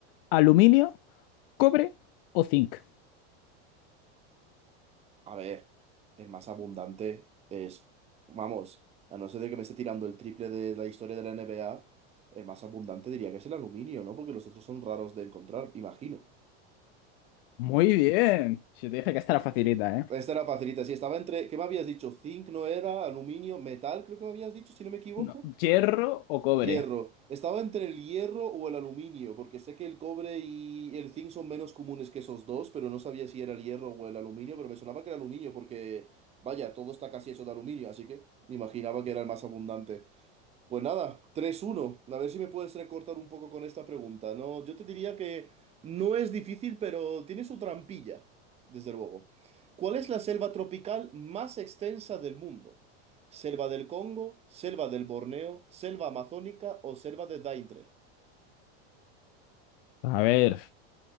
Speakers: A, on the left; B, on the right.
A: aluminio, cobre o zinc?
B: A ver, el más abundante es, vamos, a no ser de que me esté tirando el triple de la historia de la NBA, el más abundante diría que es el aluminio, ¿no? Porque los otros son raros de encontrar, imagino.
A: Muy bien. Si te dije que esta era facilita, ¿eh?
B: Esta era facilita, sí, estaba entre, ¿qué me habías dicho? Zinc no era, aluminio, metal, creo que me habías dicho, si no me equivoco.
A: No, ¿hierro o cobre?
B: Hierro. Estaba entre el hierro o el aluminio, porque sé que el cobre y el zinc son menos comunes que esos dos, pero no sabía si era el hierro o el aluminio, pero me sonaba que era aluminio, porque vaya, todo está casi hecho de aluminio, así que imaginaba que era el más abundante. Pues nada, tres uno. A ver si me puedes recortar un poco con esta pregunta. No, yo te diría que no es difícil, pero tiene su trampilla, desde luego. ¿Cuál es la selva tropical más extensa del mundo? ¿Selva del Congo, selva del Borneo, selva amazónica o selva de Daintre?
A: A ver,